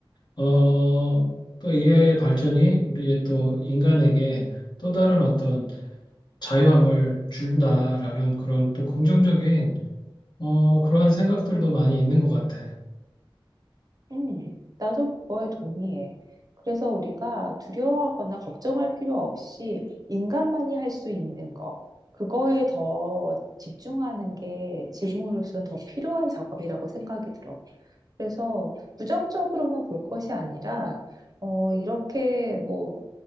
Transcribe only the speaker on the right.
음, 나도 그거에 동의해. 그래서 우리가 두려워하거나 걱정할 필요 없이 인간만이 할 수 있는 거, 그거에 더 집중하는 게 지금으로서는 더 필요한 작업이라고 생각이 들어. 그래서 부정적으로만 볼 것이 아니라, 어, 이렇게 뭐,